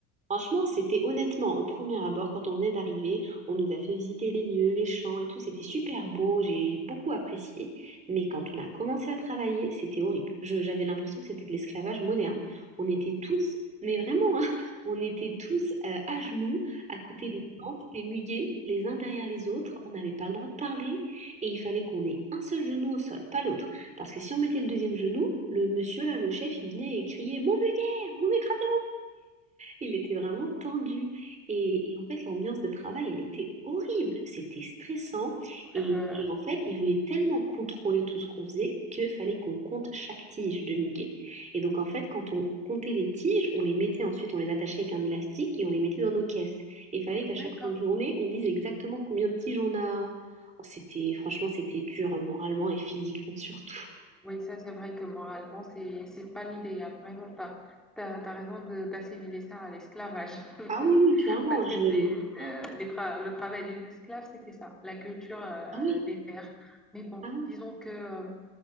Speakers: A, on the right; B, in the centre.
A: Franchement, c'était honnêtement, au premier abord, quand on venait d'arriver, on nous a fait visiter les lieux, les champs et tout, c'était super beau, j'ai j'ai beaucoup apprécié, mais quand on a commencé à travailler, c'était horrible. Je- j'avais l'impression que c'était de l'esclavage moderne. On était tous, mais vraiment, hein, <laughs> on était tous euh, à genoux, à côté des plantes, des muguets, les uns derrière les autres, on n'avait pas le droit de parler, et il fallait qu'on ait un seul genou au sol, pas l'autre. Parce que si on mettait le deuxième genou, le monsieur là, le chef, il venait et criait, Mon muguet, vous m'écrasez il était vraiment tendu. Et, et en fait, l'ambiance de travail, elle était horrible. C'était stressant. Et,
B: Euh,
A: et en fait, il voulait tellement contrôler tout ce qu'on faisait que fallait qu'on compte chaque tige de muguet. Et donc, en fait, quand on comptait les tiges, on les mettait ensuite, on les attachait avec un élastique et on les mettait dans nos caisses. Et il fallait
B: D'accord.
A: qu'à chaque fin de journée, on dise exactement combien de tiges on a. Oh, C'était, franchement, c'était dur hein, moralement et physiquement surtout.
B: Oui, ça c'est vrai que moralement, c'est c'est pas l'idéal, vraiment pas. T'as, t'as raison de- d'assimiler ça à l'esclavage. <laughs>
A: Ah oui, oui, clairement,
B: Parce
A: j'ai...
B: que c'est euh,
A: Oh,
B: les tra- le travail des esclaves, c'était ça, la culture euh,
A: ah oui,
B: des terres. Mais bon,
A: ah oui,
B: disons que euh,